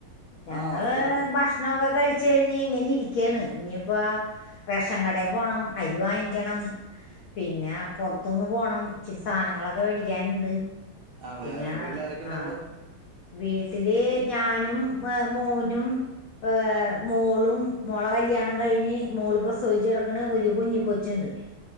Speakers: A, on the left; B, on the right.
A: ഞങ്ങള്
B: ആ വർക്ക് ചെയ്യണ്ട്
A: ഭക്ഷ് ക്ഷണോക്കെ കഴിച്ച് കഴിഞ് ഇങ്ങനെ ഇരിക്കാണ് ഇനിയിപ്പോ റേഷൻ കടയിൽ പോണം അരി വാങ്ങിക്കണം പിന്നെ പുറത്തൊന്ന് പോണം ചിസ് സാധനങ്ങളൊക്കെ മേടിക്കാനുണ്ട്
B: അതെ
A: പിന്നെ
B: വീട്ടിലാരൊക്കെ ഉണ്ട
A: ആ
B: അപ്പോ
A: വീട്ടില് ഞാനും മോനും ഏഹ് മോളും മോളെ കല്യാണം കഴിഞ്ഞ് മോൾ പ്രസവിച്ചെടുക്കണ ഒരു കുഞ്ഞി കൊച്ചുണ്ട്